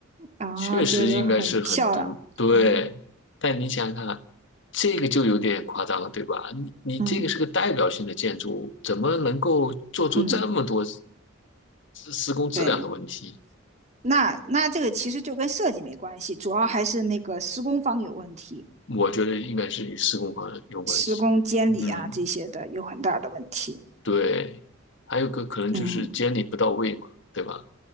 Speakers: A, on the right; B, on the left.
A: 啊，
B: 确实应该是很独对。
A: 就是很漂亮啊，
B: 但你想想看，这个就有点夸张了，对吧？你你这个是个代表性的建筑物，
A: 嗯
B: 怎么能够做出这么多
A: 嗯，
B: 施施工质量的问题？
A: 对，那那这个其实就跟设计没关系，主要还是那个施工方有问题，
B: 我觉得应该是与施工方有关系。
A: 施工监理啊这些的有很大的问题。
B: 嗯。对，还有个可能就是监理不到位嘛，
A: 嗯，
B: 对吧？